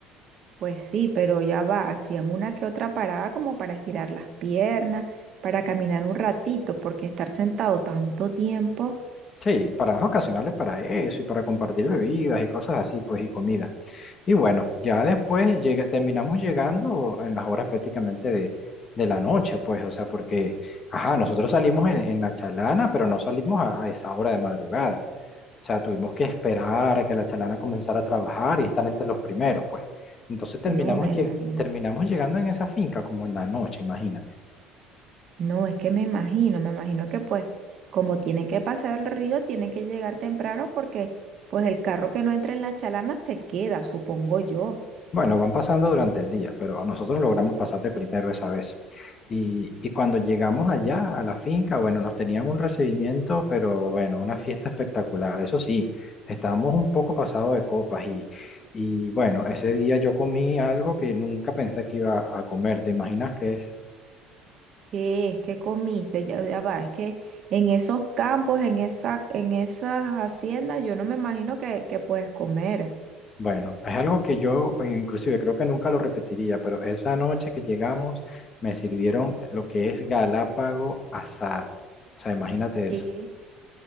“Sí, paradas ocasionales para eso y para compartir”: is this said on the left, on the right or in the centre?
Left